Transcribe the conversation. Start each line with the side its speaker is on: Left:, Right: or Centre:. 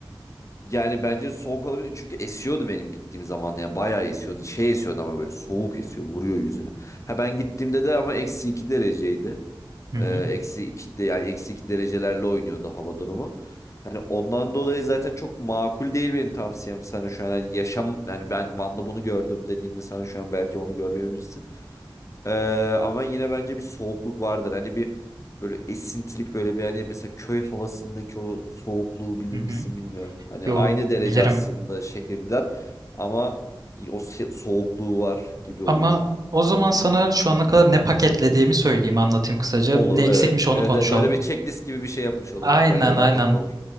Left: Yani bence soğuk olabilir. Çünkü esiyordu benim gittiğim zaman. Yani bayağı esiyordu. Şey esiyordu ama böyle soğuk esiyor. Vuruyor yüzüne. Ha ben gittiğimde de ama eksi iki dereceydi.
Right: Hı
Left: Ee,
Right: hı.
Left: eksi iki de yani eksi iki derecelerle oynuyordu hava durumu. Hani ondan dolayı zaten çok makul değil benim tavsiyem sana şu an. Hani yaşam yani ben Van'da bunu gördüm dediğimde sana şu an belki onu görmeyebilirsin. Ee, ama yine bence bir soğukluk vardır. Hani bir böyle esintilik böyle bir hani mesela köy havasındaki o soğukluğu bilir
Right: Hı hı.
Left: misin bilmiyorum. Hani
Right: Yo
Left: aynı derece
Right: bilirim.
Left: aslında şehirden ama o se- soğukluğu var gibi olur.
Right: Ama o zaman sana şu ana kadar ne paketlediğimi söyleyeyim, anlatayım kısaca.
Left: Olur
Right: Ne eksikmiş
Left: evet.
Right: onu
Left: Evet,
Right: konuşalım.
Left: evet. böyle bir checklist gibi bir şey yapmış oluruz.
Right: Aynen
Left: Bence
Right: aynen.
Left: daha tatlı olur.